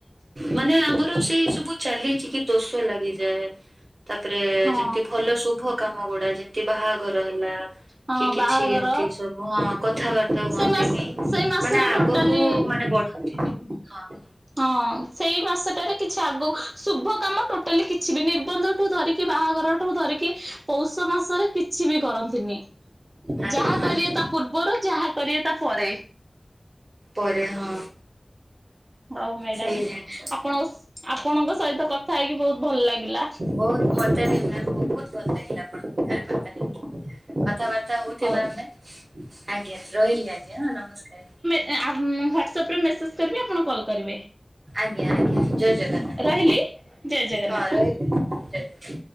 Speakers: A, on the right; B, on the right.
A: ମାନେ ଆମର ସେଇ ସବୁ ଚାଲିଛି କି ଦୋଷ ଲାଗିଯାଏ। ତାପରେ
B: ହଁ
A: ଯେମତି ଭଲ ଶୁଭ କାମ ଗୁଡା ଯେମିତି ବାହାଘର ହେଲା।
B: ହଁ
A: କି କିଛି
B: ବାହାଘର
A: ଏମତି ସବୁ ହଁ କଥାବା କୁହନ୍ତିନି
B: ସେ ମାସ ସେଇ ମାସରେ
A: ମାନେ ଆଗକୁ
B: ଟୋଟାଲି
A: ମାନେ ବଢନ୍ତିିନି ହଁ ହଁ।
B: ହଁ ସେଇ ମାସଟାରେ କିଛି ଆଗ ଶୁଭ କାମ ଟୋଟାଲି କିଛି ବି ନିର୍ବନ୍ଧଠୁ ଧରିକି କି ବାହାଘରଠୁ ଧରିକି ପୌଷ ମାସରେ କିଛି ବି କରନ୍ତିନି
A: ଆଜ୍ଞା
B: ଯାହା
A: ଆଜ୍ଞା
B: କରିବେ ତ ପୂର୍ବରୁ ଯାହା କରିବ ତା ପରେ।
A: ପରେ ହଁ।
B: ହଉ ମ୍ୟାଡାମ
A: ସେଇ ଜିନିଷ
B: ଆପଣଙ୍କ ଆପଣଙ୍କ ସହିତ କଥା ହେଇକି ବହୁତ ଭଲ ଲାଗିଲା।
A: ବହୁତ ମତେ ବି ମେମ ବହୁତ ଭଲ ଲାଗିଲା ଆପଣଙ୍କ ସାଙ୍ଗରେ କଥା ହେଇ କି କଥା ବାର୍ତ୍ତା ହଉଥିବା
B: ହଉ
A: ଆମେ ଆଜ୍ଞା ରହିଲି ଆଜ୍ଞା ହଁ ନମସ୍କାର।
B: ଆଉ ମୁ ହ୍ୱାଟ୍ସଆପରେ ମେସେଜ୍ କରିବି ଆପଣ କଲ୍ କରିବେ।
A: ଆଜ୍ଞା ଆଜ୍ଞା ଜୟ ଜଗନ୍ନାଥ
B: ରହିଲି ଜୟ ଜଗନ୍ନାଥ।
A: ହଁ ରହିଲି। ଜୟ ଜଗନ୍ନାଥ।